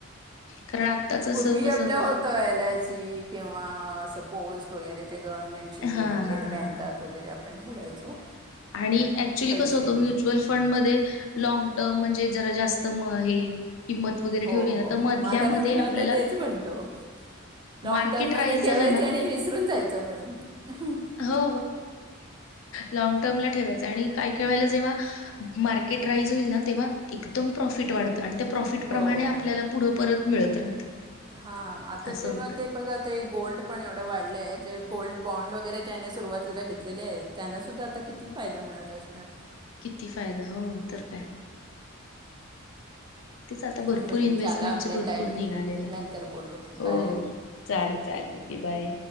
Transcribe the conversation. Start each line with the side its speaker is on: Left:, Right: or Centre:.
Left: कारण आत्ताच असं
Right: पूर्वी
Left: कसं
Right: आपल्या होत एल आय सी किंवा असं पोस्ट वगैरे. गव्हर्नमेंटची
Left: हा
Right: रिलेटेड
Left: हा
Right: बँकात
Left: हा
Right: वगैरे आपण ठेवायचो.
Left: आणि ऍक्च्युअली
Right: पैसे
Left: कस होत, म्युच्युअल फंड मध्ये लॉन्ग टर्म म्हणजे जरा जास्त म हे किंमत वगैरे
Right: हो
Left: ठेवली ना,
Right: हो
Left: तर मधल्या
Right: माझा मुलगा
Left: मध्ये आपल्याला
Right: तर तेच म्हणतो लॉंग
Left: मार्केट
Right: टर्म
Left: राईज
Right: मध्ये ठेवायच,
Left: झालं ना
Right: आणि विसरून जायचं म्हणून
Left: हो, लॉन्ग टर्म ला ठेवायचं आणि काय काय जेव्हा मार्केट राईज होईल ना, तेव्हा एकदम प्रॉफिट वाढत आणि त्या प्रॉफिट
Right: हो
Left: प्रमाणे आपल्याला पुढं परत मिळत राहतं.
Right: हा, आता
Left: असं
Right: जेव्हा
Left: होतं.
Right: ते बघा ते गोल्ड पण एवढं वाढले आहेत. गोल्ड बॉन्ड वगैरे ज्याने सुरुवातीला घेतलेले आहेत, त्यांना सुद्धा आता किती फायदा मिळत असणार.
Left: किती फायदा हो तर काय? तीच आता भरपूर
Right: आपण
Left: इन्व्हेस्टमेंट
Right: झाला आपला
Left: चे भरपूर
Right: टाईम
Left: निघालेले.
Right: नंतर बोलू
Left: हो
Right: बाय
Left: हो चालेल, चालेल की बाय!